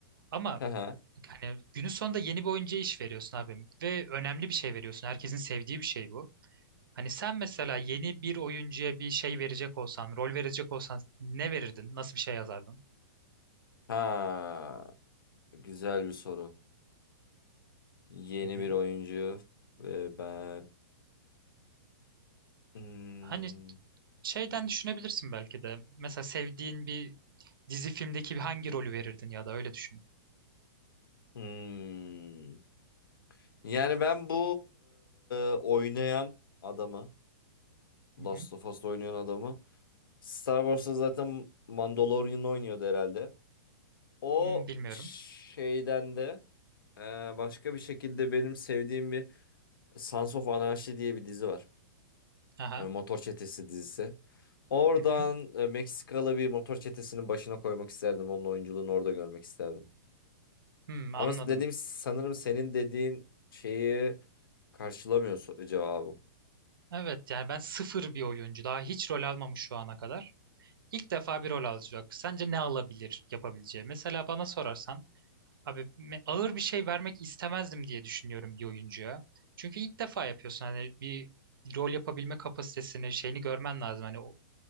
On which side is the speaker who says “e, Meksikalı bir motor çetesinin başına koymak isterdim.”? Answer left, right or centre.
Left